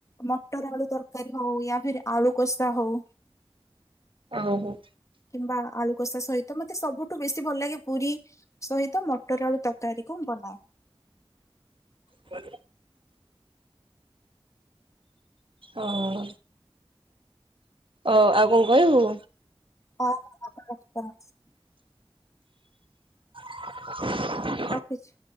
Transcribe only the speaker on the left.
ମଟର ଆଳୁ ତରକାରୀ ହଉ ୟା ଫିର ଆଳୁ କୋଷା ହଉ।
କିମ୍ବା ଆଳୁ କଷା ସହିତ ମତେ ସବୁଠୁ ବେଶୀ ଭଲ ଲାଗେ ପୁରୀ ସହିତ ମଟର ଆଳୁ ତରକାରୀ କୁ ମୁଁ ବନାଏ।
<inaudible>
ରଖୁଛି।